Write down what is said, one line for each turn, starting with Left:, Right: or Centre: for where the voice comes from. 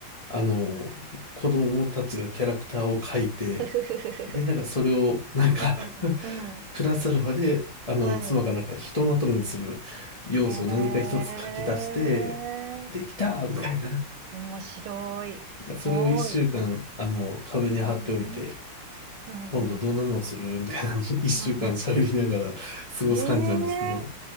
Left: あの、子供たちがキャラクターを描いて、
Right: <laughs> ふふふふふ。
Left: で、なんかそれを、なんか
Right: ええうん。
Left: <laughs> プラスアルファで、あの、
Right: はい。
Left: 妻がなんかひとまとめにする要素を何か一つ書き出して、
Right: へえ。
Left: できたみたいな。
Right: 面白い。すごい。
Left: <laughs> それを一週間、あの、壁に貼っておいて、
Right: うん、うん、
Left: 今度どんなのをするみたいなのを一週間喋りながら過ごす感じなんですけど。
Right: うん。うんええ